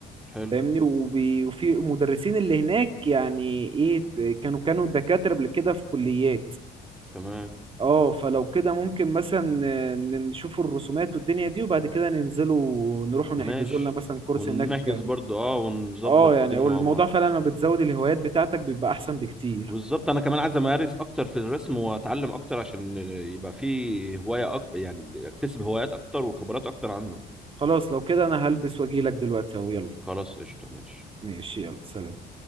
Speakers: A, in the centre; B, on the right (about 30°).
A: حلو
B: فاهمني وبي... وفي مدرسين اللي هناك يعني ايه كانوا كانوا دكاترة قبل كده في كليات
A: تمام
B: اه فلو كده ممكن مثلا آه، ن- نشوف الرسومات والدنيا دي وبعد كده ننزلوا ونروحوا نحجزوا
A: ماشي
B: لنا مثلا كورس
A: ونحجز
B: هناك
A: برضو اه ونظبط
B: اه يعني
A: الدنيا
B: هو الموضوع
A: مع بعض
B: فعلا لما بتزود الهوايات بتاعتك بيبقى احسن بكتير
A: بالظبط انا كمان عايز امارس اكتر في الرسم واتعلم اكتر عشان يبقى في هواية اكتر يعني اكتسب هوايات اكتر وخبرات اكتر عنه
B: خلاص لو كده انا هلبس واجيلك دلوقتي اهو يلا
A: خلاص قشطة ماشي
B: ماشي يلا سلام